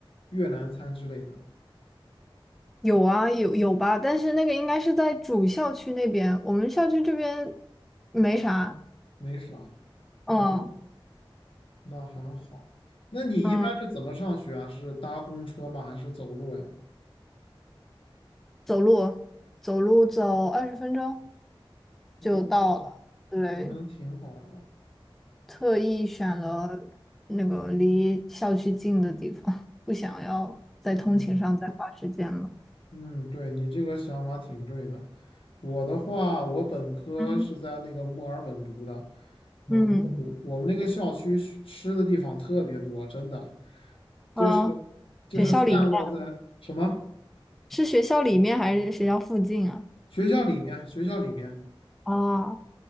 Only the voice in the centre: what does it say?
有啊，有有吧，但是那个应该是在主校区那边，我们校区这边没啥。
嗯
嗯，
走路走路走二十分钟
就到了。对，
特意选了那个离校区近的地方，<laughs> 不想要在通勤上再花时间了。
嗯，
嗯，
呃，
学校里面是学校里面还是学校附近啊？
啊，